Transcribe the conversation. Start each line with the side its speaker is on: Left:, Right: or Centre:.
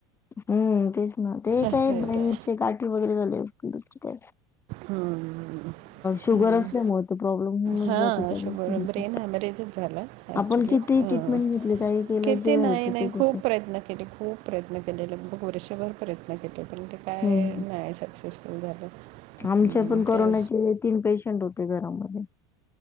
Left: हम्म तेच ना ते
Right: असं
Left: काय
Right: आहे
Left: ब्रेनचे
Right: ते
Left: गाठी वगैरे झाले असतील दुसर काय?
Right: हम्म
Left: शुगर
Right: हम्म.
Left: असल्यामुळे तर प्रॉब्लेम होऊनच
Right: हां
Left: जात त्या गोष्टींचा.
Right: शुगर ब्रेन हॅमरेजच झाला ॲक्च्युली
Left: आपण किती
Right: हां.
Left: ट्रीटमेंट घेतली काही केलं
Right: किती
Left: जे व्हायच
Right: नाही नाही
Left: तेच होत.
Right: खूप प्रयत्न केले खूप प्रयत्न केलेले ब वर्षभर प्रयत्न केले पण ते काय
Left: हम्म
Right: नाही सक्सेसफुल झालं.
Left: आमच्या
Right: हम्म
Left: पण करोनाचे
Right: ते
Left: तीन पेशंट होते घरामध्ये